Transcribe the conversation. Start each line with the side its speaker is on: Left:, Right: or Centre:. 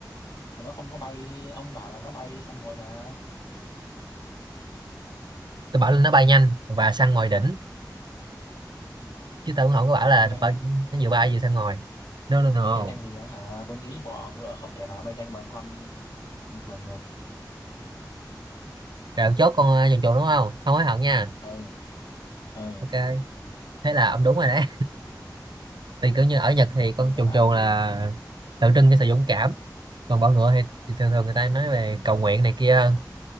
Left: nhưng mà nó không có bay ông bảo là nó bay săn mồi mà
Right: tôi bảo là nó bay nhanh và săn ngồi đỉnh chứ tôi cũng không có bảo là
Left: bay nhanh
Right: bay,
Left: á
Right: nó vừa bay vừa săn ngồi no no no
Left: bay nhanh thì hả tôi nghĩ bọ ngựa không thể nào bay nhanh bằng con cừu chuồn được
Right: rồi ông chốt con uh, chuồn chuồn đúng không không hối hận nha
Left: ừ ừ,
Right: ok thế là ông đúng rồi đấy thì kiểu như ở Nhật
Left: ừ
Right: thì con
Left: tôi còn
Right: chuồn
Left: lạ
Right: chuồn
Left: gì
Right: là tượng trưng cho sự dũng cảm còn bọ ngựa thì, thì thường thường người ta nói về cầu nguyện này kia hơn